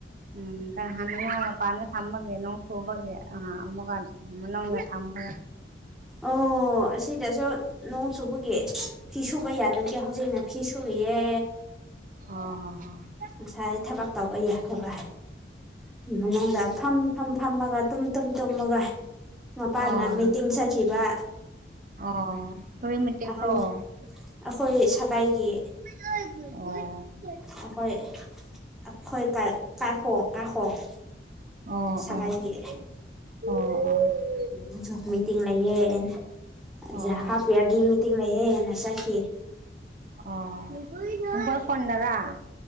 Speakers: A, on the right; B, in the centre.
A: ꯎꯝ ꯀꯔꯤ ꯍꯥꯏꯕ ꯋꯥ ꯃꯄꯥꯟꯗ ꯊꯝꯃꯒꯦ ꯅꯣꯡ ꯁꯨꯕꯒꯦ ꯑꯥ ꯑꯃ ꯋꯥꯟ ꯅꯪꯅ ꯊꯥꯡꯈꯕ꯭ꯔꯥ
B: ꯑꯧ ꯑꯁꯤꯗꯁꯨ ꯅꯣꯡ ꯁꯨꯕꯒꯤ ꯐꯤ ꯁꯨꯕ ꯌꯥꯗꯕꯒꯤ ꯍꯧꯖꯤꯛꯅꯥ ꯐꯤ ꯁꯨꯔꯤꯌꯦ
A: ꯑꯝ ꯍꯨꯝ ꯍꯨꯝ
B: ꯉꯁꯥꯏ ꯊꯕꯛ ꯇꯧꯕ <unintelligible> ꯃꯅꯨꯡꯗ ꯐꯝ ꯐꯝ ꯐꯝꯃꯒ ꯇꯨꯝ ꯇꯨꯝ ꯇꯨꯝꯃꯒ ꯃꯄꯥꯅ
A: ꯍꯣ ꯑ
B: ꯃꯤꯇꯤꯡ
A: ꯍꯣꯏ
B: ꯆꯠꯈꯤꯕ
A: ꯑꯣ ꯀꯔꯤ ꯃꯇꯦꯛꯔꯣ
B: ꯑꯩꯈꯣꯏ
A: ꯑꯣ ꯑꯣ
B: ꯑꯩꯈꯣꯏ ꯁꯥꯒꯩꯏꯒꯤ
A: ꯑꯣ
B: ꯑꯩꯈꯣꯏ ꯑꯩꯈꯣꯏ ꯀ ꯀꯥꯏꯈꯣꯡ ꯀꯥꯏꯈꯣꯡ
A: ꯑꯣ
B: ꯁꯒꯥꯏꯒꯤ
A: ꯑꯣ ꯑꯣ ꯑꯣ
B: ꯑꯗꯨꯁꯨ ꯃꯤꯇꯤꯡ ꯂꯩꯑ ꯑꯩꯖ
A: ꯑꯣ
B: ꯍꯥꯞꯄꯤꯔꯂꯤ ꯃꯤꯇꯤꯡ ꯂꯩꯑꯦꯅ ꯆꯠꯈꯤꯑ
A: ꯑꯣ ꯣꯏ ꯐꯟꯗꯒ